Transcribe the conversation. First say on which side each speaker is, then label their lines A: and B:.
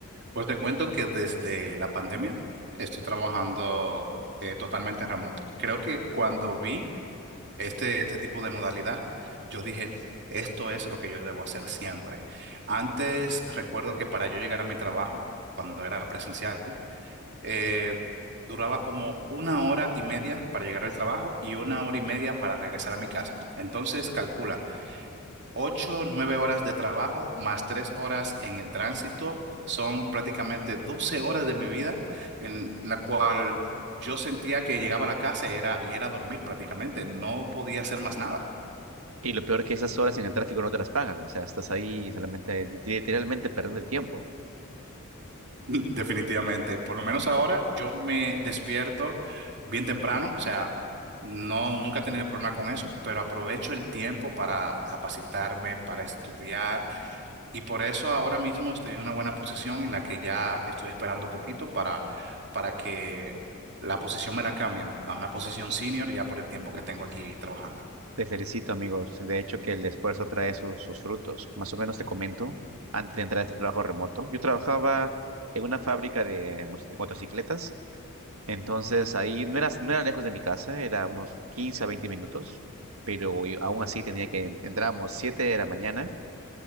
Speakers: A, on the right; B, on the right.
A: Pues te cuento que desde la pandemia estoy trabajando eh, totalmente remoto. Creo que cuando vi este, este tipo de modalidad, yo dije, esto es lo que yo debo hacer siempre. Antes, recuerdo que para yo llegar a mi trabajo, cuando era presencial, eh, duraba como una hora y media para llegar al trabajo y una hora y media para regresar a mi casa. Entonces, calcula, ocho, nueve horas de trabajo más tres horas en el tránsito. Son prácticamente 12 horas de mi vida en la cual yo sentía que llegaba a la casa y era, y era dormir prácticamente, no podía hacer más nada.
B: Y lo peor que esas horas en el tráfico no te las pagan, o sea, estás ahí solamente, literalmente perdiendo el tiempo.
A: <laughs> Definitivamente. Por lo menos ahora yo me despierto bien temprano, o sea, no, nunca he tenido problema con eso, pero aprovecho el tiempo para capacitarme, para estudiar y por eso ahora mismo estoy en una buena posición en la que ya estoy esperando poquito para, para que la posición me la cambien a una posición senior ya por el tiempo que tengo aquí trabajando.
B: Te felicito, amigos. De hecho, que el esfuerzo trae sus, sus frutos. Más o menos te comento, antes de entrar a este trabajo remoto, yo trabajaba en una fábrica de mos- motocicletas, entonces ahí no era, no era lejos de mi casa, era unos 15 a 20 minutos, pero y- aún así tenía que, entrábamos 7 de la mañana